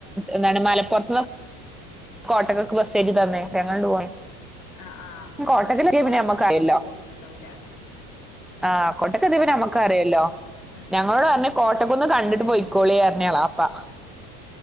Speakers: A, in the centre; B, on the left.
A: എന്താണ് മലപ്പുറത്തന്ന്.
B: ഉമ് ഉമ്
A: കോട്ടക്കൊക്കെ ബസ് തന്നെ പ ഞങ്ങണ്ട് പോയി.
B: ആഹ് ആഹ്
A: കോട്ടക്കിലെത്തിയ
B: കോട്ടക്കന്ന്
A: പിന്നെ നമ്മക്ക്
B: നിങ്ങളങ്ങോട്ട്
A: അറിയല്ലോ
B: പോന്നിട്ടുണ്ടാവൂലേ?
A: ആഹ് കൊട്ടക്ക് എത്തിയ പിന്നെ നമുക്ക്- അതല്ലോ
B: ഉം
A: ഞങ്ങളോട് പറഞ്ഞ കോട്ടക്കൊന്ന് കണ്ടിട്ട്
B: അതന്നെ
A: പോയിക്കോളി പർഞ്ഞി എളാപ്പാ